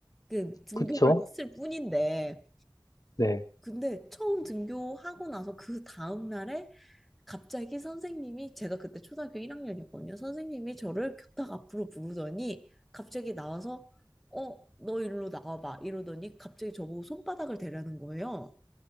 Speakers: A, in the centre; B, on the left (about 45°).
A: 그 등교를
B: 그쵸?
A: 했을 뿐인데
B: 네. 네.
A: 근데 처음 등교하고 나서 그 다음 날에 갑자기 선생님이 제가 그때 초등학교 1학년이었거든요. 선생님이 저를 교탁 앞으로 부르더니 갑자기 나와서 어, 너 일로 나와봐 이러더니 갑자기 저보고 손바닥을 대라는 거예요.